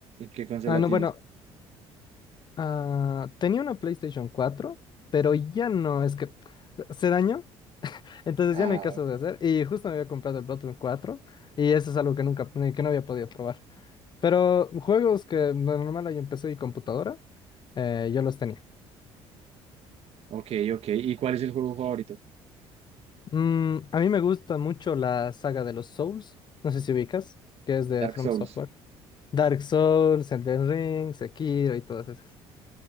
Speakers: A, on the right; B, on the left.
A: ¿Qué consola
B: Ah, no,
A: tienes?
B: bueno, Ah, tenía una PlayStation cuatro pero ya no, es que se dañó, entonces
A: Ah,
B: ya no hay caso de hacer. Y justo me había comprado el Bloodborne cuatro y eso es algo que nunca, que no había podido probar. Pero juegos que de normal hay en PC y computadora, eh, yo los tenía.
A: ok, ok. ¿Y cuál es el juego favorito?
B: Mm, a mí me gusta mucho la saga de los Souls, no sé si ubicas, que es de
A: Dark
B: From
A: Souls.
B: Software. Dark Souls, Elden Ring, Sekiro y todas esas.